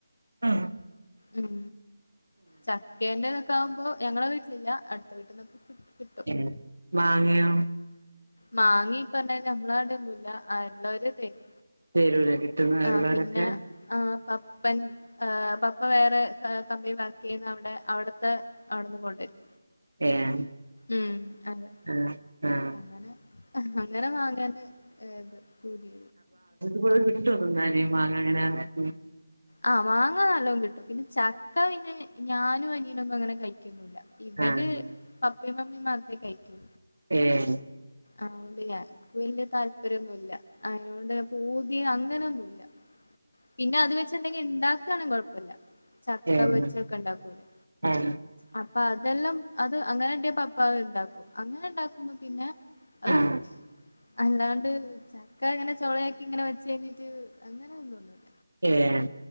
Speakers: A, on the right; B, on the left.
A: ഉം
B: ഉം ചക്കേന്റെതൊക്കെ ആവുമ്പോ ഞങ്ങളെ വീട്ടിലില്ലാ അടുത്ത വീട്ടിന്നൊക്കെ കി <unintelligible>
A: ഉം മാങ്ങയോ?
B: മാങ്ങിം ഇ പറഞ്ഞാരി നമ്മളാടൊന്നുല്ലാ ആഹ് ഇള്ളോര് തെരും.
A: തരൂലേ കിട്ടുന്നള്ളവരൊക്കെ
B: ആഹ് പിന്നെ ആഹ് പ പ്പൻ ഏഹ് പപ്പ വേറെ കമ്പനി വർക്ക് ചെയ്യുന്ന കൊണ്ട് അവിടെ അവിടുത്തെ അവിടെന്ന് കൊണ്ടുവരും.
A: ഏഹ്
B: ഉം അതെ
A: ആഹ് ആഹ്
B: അങ്ങനെ അങ്ങനെ മാങ്ങേൻ്റെ ഏത് പൂതി
A: ഇപ്പഴും കിട്ടോ തിന്നാന് മാങ്ങ ഇങ്ങനെ <unintelligible>
B: ആഹ് മാങ്ങ നല്ലോം കിട്ടും പിന്നെ ചക്ക പിന്നെ ഞാനും അനിയനൊന്നും അങ്ങനെ കയിക്കൊന്നുല്ലാ. ഇവര്
A: ആഹ്
B: പപ്പേം മമ്മിം മാത്രേ കഴിക്കൂ
A: ഏഹ്
B: അതോണ്ട് ഞങ്ങക്ക് വല്ല്യ താല്പര്യന്നുല്ല അയ്നോണ്ട് പൂതി അങ്ങനൊന്നുല്ല. പിന്നെ അത് വെച്ചെന്തെങ്കിലും ഇണ്ടാക്കുവാണങ്കി കൊഴപ്പല്ല ചക്ക
A: ഏഹ്
B: പൊരിച്ചൊക്കെ ഇണ്ടാക്കൂലേ
A: ആഹ്
B: അപ്പൊ അതെല്ലാം അത് അങ്ങനെ ഇണ്ടെ പപ്പാ അത് ഇണ്ടാക്കും അങ്ങനെ ഇണ്ടാക്കുമ്പോ പിന്നെ അഹ്
A: ആഹ്
B: തിന്നും അല്ലാണ്ട് ചക്ക ഇങ്ങനെ ചുളയാക്കി ഇങ്ങനെ വെച്ച് കഴിഞ്ഞിട്ട് അങ്ങനെ തിന്നൊന്നുല്ല.
A: ഏഹ്